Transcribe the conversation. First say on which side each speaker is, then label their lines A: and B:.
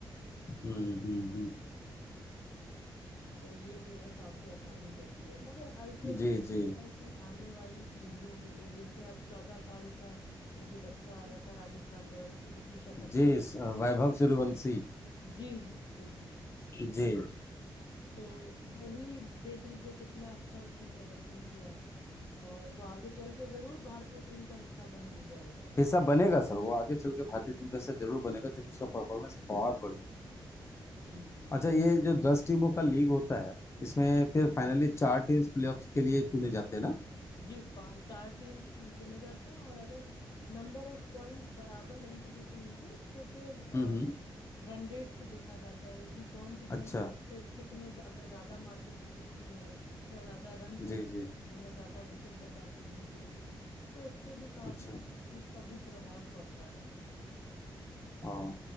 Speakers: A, on the left; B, on the left.
A: हम्म हम्म हम्म
B: तो ये जो है काफी आसानी कर दी है मगर आईपीएल मुझे
A: जी
B: लगता
A: जी
B: है कि आने वाली पीढ़ियों के लिए जैसे अब चौदह साल का वो जो बच्चा आया था राजस्थान रॉयल्स में जिसने शतक
A: जी
B: मारा
A: स- वैभव सूर्यवंशी
B: जी जी जी जी
A: जी
B: तो वही देख लीजिए कितना अच्छा उसने प्रदर्शन किया और वो आगे चल के जरूर भारतीय टीम का हिस्सा बन जाएगा
A: हिस्सा बनेगा सर वो आगे चल के भारतीय टीम का हिस्सा जरूर बनेगा क्योंकि उसका परफॉर्मेंस बहुत बढ़िया है।
B: जी जी
A: अच्छा
B: जी
A: ये जो दस टीमों का लीग होता है इसमें फिर फाइनली चार टीम्स प्लेऑफ्स के लिए चुने जाते हैं ना
B: जी पांच चार टीम चुने जाते हैं और अगर नंबर ऑफ पॉइंट्स बराबर हैं किसी टीम के तो फिर
A: हम्म हम्म
B: रन रेट से देखा जाता है कि कौन सी
A: अच्छा
B: टीम कितने ज- अगर ज़्यादा मार्जिन से जीती है या ज़्यादा रन से
A: जी
B: जीती
A: जी
B: है या ज़्यादा विकेट बचा के जीत गई है तो उस पे भी काफ़ी
A: अच्छा
B: उस चीज़ का भी प्रभाव पड़ता है
A: और